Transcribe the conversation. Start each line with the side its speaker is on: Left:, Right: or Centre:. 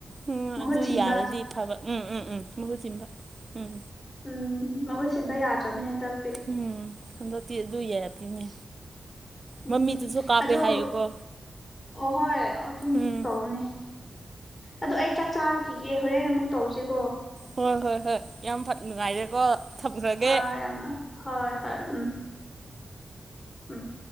Right: ꯎꯝ
Left: ꯃꯍꯨꯠ
Right: ꯑꯗꯨ
Left: ꯁꯤꯟꯕ
Right: ꯌꯥꯔꯗꯤ ꯐꯕ ꯎꯝ ꯎꯝ ꯎꯝ ꯃꯍꯨꯠ ꯁꯤꯟꯕ ꯎꯝ
Left: ꯎꯝ ꯃꯍꯨꯠ ꯁꯤꯟꯕ ꯌꯥꯗ꯭ꯔꯕꯅꯦ ꯍꯟꯇꯥꯛꯇꯤ
Right: ꯎꯝ ꯍꯟꯗꯛꯇꯤ ꯑꯗꯨ ꯌꯥꯗꯤꯅꯦ ꯃꯃꯤꯠꯇꯁꯨ
Left: ꯎꯝ
Right: ꯀꯥꯞꯄꯦ
Left: ꯑꯗꯣ
Right: ꯍꯥꯏꯌꯦꯀꯣ
Left: ꯍꯣꯏ ꯑꯗꯨꯝ
Right: ꯎꯝ
Left: ꯇꯧꯅꯤ ꯑꯗꯨ ꯑꯩ ꯆꯥꯛ ꯆꯥꯔꯨꯈꯤꯒꯦ ꯍꯣꯔꯦꯟ ꯑꯃꯨꯛ ꯇꯧꯁꯤꯀꯣ
Right: ꯍꯣꯏ ꯍꯣꯏ ꯍꯣꯏ ꯌꯥꯝ ꯐꯠ ꯅꯨꯡꯉꯥꯏꯔꯦꯀꯣ ꯊꯝꯈ꯭ꯔꯒꯦ
Left: ꯍꯣꯏ ꯌꯥꯝꯅ ꯍꯣꯏ ꯍꯣꯏ ꯎꯝ ꯎꯝ